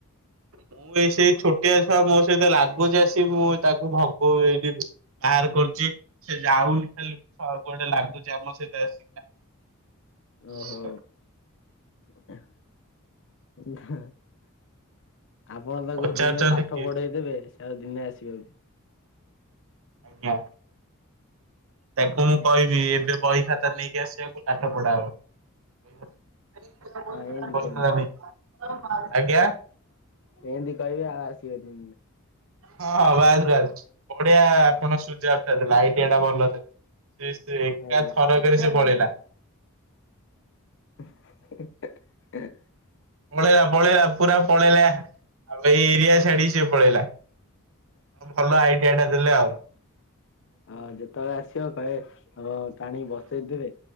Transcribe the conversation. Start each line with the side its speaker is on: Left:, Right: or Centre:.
Right: ମୁଁ ଏ ସେଇ ଛୋଟିଆ ଛୁଆ ମୋ ସହିତ ଲାଗୁଚି ଆସି ମୁଁ ତାକୁ ଭଗଉ ବାହାର କରୁଚି ସେ ଯାଉନି ଖାଲି କୁଆଡେ ଲାଗୁଚି ଆମ ସହିତ ଆସିକ <inaudible>
Left: ଓହୋ <inaudible> ଆପଣ ତାକୁ
Right: ପଚାରୁଛନ୍ତି
Left: ଦିନେ ପାଠ
Right: କିଏ?
Left: ପଢେଇ ଦେବେ ସେ ଆଉ ଦିନେ ଆସିବନି।
Right: ଆଜ୍ଞା ତାଙ୍କୁ ମୁଁ
Left: ହଁ
Right: କହିବି ଏବେ ବହି ଖାତା ନେ ଆସେ ପାଠ ପଢା ହବ
Left: ହଁ ଏମିତି କୁହନ୍ତୁ
Right: <unintelligible> ଆଜ୍ଞା।
Left: ଏମିତି କହିବେ ଆଉ ଆସିବେନି।
Right: ହଁ ବାସ୍ ବାସ୍ ବଢିଆ ଆପଣ <unintelligible> ଆଇଡିଆ ଟା ଭଲ ଥିଲା ସେ ଏକା
Left: ଆଜ୍ଞା।
Right: ଥର କରକେ ସେ ପଳେଇିଲା।
Left: <inaudible>
Right: ପଳେଇଲା ପଳେଇଲା ପୁରା ପଳେଇଲା ଏଇ ଏରିଆ ଛାଡିକି ସିଏ ପଳେଇଲା। ଭଲ ଆଇଡିଆ ଟା ଦେଲେ ଆଉ।
Left: ହଁ ଯେତେବେଳେ ଆସିବ କହେ ହ ଟାଣିକି ବସେଇ ଦେ